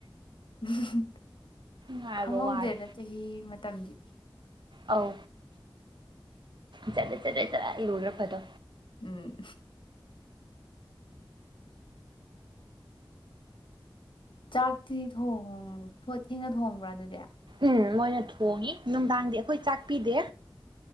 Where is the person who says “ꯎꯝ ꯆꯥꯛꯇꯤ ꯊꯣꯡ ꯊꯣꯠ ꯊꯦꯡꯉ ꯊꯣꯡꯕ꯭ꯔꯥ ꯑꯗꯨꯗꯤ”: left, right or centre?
Left